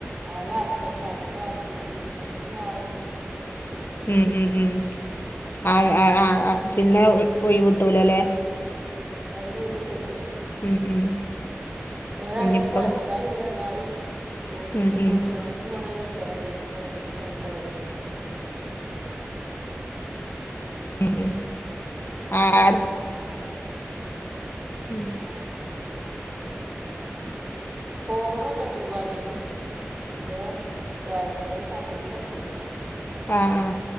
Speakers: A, on the right; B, on the left.
A: ആദ്യ അടച്ചട്ടെ അതപ്പ അർജിന്റ് മറ്റേത് രാവിലെ കുഞ്ഞാണുമ്പോ അത്
B: ഉം ഉം ഉം ആ ആ ആ ആ പിന്നെ പോയി വിട്ടൂലല്ലേ
A: <unintelligible>
B: ഉം ഉം
A: രഅയക്കും
B: ഇനിയിപ്പം
A: അയക്കാ ഇല്ല എന്നാലും പോലക്ക്
B: ഉം ഉം
A: കൊടുക്കണക്ക കൊറേ ദിവസ രണ്ട് ദിവസം മൂന്ന് ദിവസം ആയി കൊളന്ന വെച്ചിട്ട്
B: ഉം ഉം ആ ആ ഉം
A: ആ പോവുന്നൊക്കെ ഉണ്ട്. പോന്നെയാണ് പക്ഷേ ചെ ചെല സമയത പോവല
B: ആ ആ